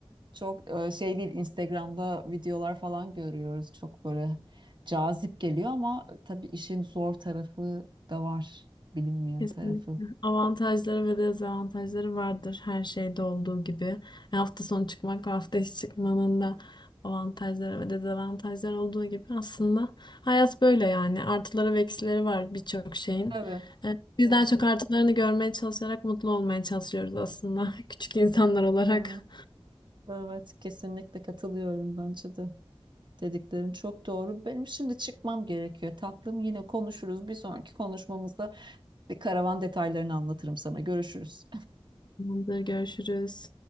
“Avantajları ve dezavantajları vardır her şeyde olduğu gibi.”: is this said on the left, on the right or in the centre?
Left